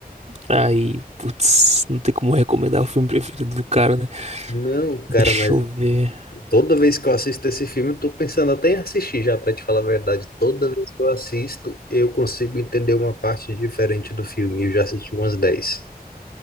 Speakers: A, on the right (about 45°); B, on the left (about 85°).
A: Aí, putz, não tem como recomendar o filme preferido do cara, né?
B: Não, cara,
A: Deixa
B: mas
A: eu ver.
B: toda vez que eu assisto esse filme, eu tô pensando até em assistir já, pra te falar a verdade. Toda vez que eu assisto, eu consigo entender uma parte diferente do filme. e Eu já assisti umas dez